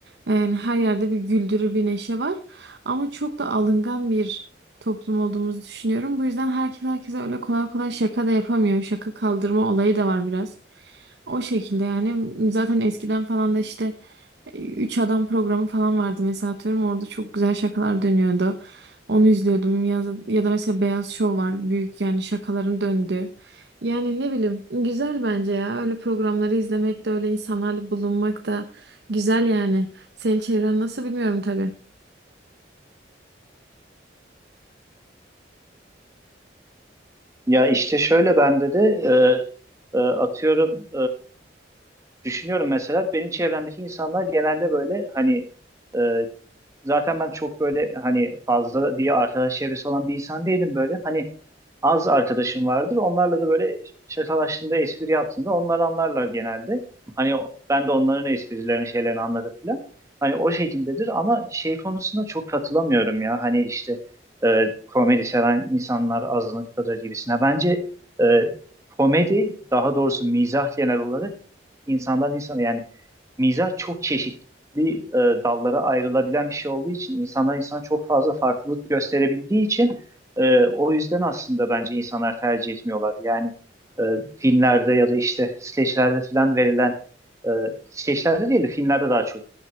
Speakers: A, on the right (about 65°); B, on the right (about 15°).
A: Yani her yerde bir güldürü, bir neşe var. Ama çok da alıngan bir toplum olduğumuzu düşünüyorum. Bu yüzden herkes herkese öyle kolay kolay şaka da yapamıyor. Şaka kaldırma olayı da var biraz. O şekilde yani zaten eskiden falan da işte e, Üç Adam programı falan vardı mesela atıyorum orada çok güzel şakalar dönüyordu. Onu izliyordum ya, ya da mesela Beyaz Şov var büyük yani şakaların döndüğü. Yani ne bileyim güzel bence ya. Öyle programları izlemek de öyle insanlarla bulunmak da güzel yani. Senin çevren nasıl bilmiyorum tabii.
B: Ya işte şöyle bende de e, e, atıyorum Düşünüyorum mesela benim çevremdeki insanlar genelde böyle hani e, zaten ben çok böyle hani fazla diye arkadaş çevresi olan bir insan değilim böyle. Hani az arkadaşım vardır. Onlarla da böyle şakalaştığında, espri yaptığında onlar anlarlar genelde. Hani o- ben de onların esprilerini, şeylerini anlarım falan. Hani o şekildedir ama şey konusunda çok katılamıyorum ya. Hani işte e, komedi seven insanlar azınlıktadır gibisine. Bence e, komedi, daha doğrusu mizah genel olarak insandan insana yani mizah çok çeşitli e, dallara ayrılabilen bir şey olduğu için insandan insana çok fazla farklılık gösterebildiği için e, o yüzden aslında bence insanlar tercih etmiyorlar. Yani e, filmlerde ya da işte skeçlerde falan verilen e, skeçlerde değil de filmlerde daha çok